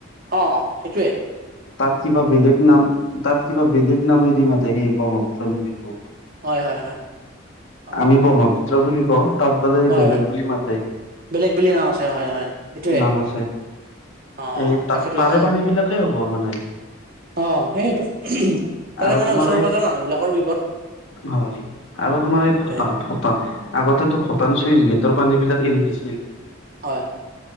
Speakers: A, on the right; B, on the left.
A: অ' সেইটো
B: তাত কিবা বেলেগ নাম, তাত কিবা বেলেগ নামে দি মাতে সেই বম ত্ৰ নদীটো।
A: হয়, হয়, হয়। অ
B: আমি ব্ৰহ্মপুত্ৰ বুলি কওঁ। তাত বোলে
A: হয়
B: বেলেগ বুলি মাতে।
A: বেলেগ বেলেগ নাম আছে হয় হয় সেইটোয়ে
B: নাম আছে।
A: অ
B: এই তা-তাৰে
A: তাকেতো ইমান
B: পানী বিলাকেই হ'ব মানে।
A: অ', সেয়েটো <unintelligible> তাৰে
B: আৰু
A: মানে
B: তোমাৰ
A: ওচৰ-পাজৰৰ
B: এই
A: মানুহ বিলাকৰ বিপদ।
B: হয়। আৰু তোমাৰ এই
A: সেইটোয়ে
B: ভূটা-ভূটা, আগতেতো ভূটান চুইচ গেটৰ পানী বিলাক এৰি দিছিল‌।
A: হয়।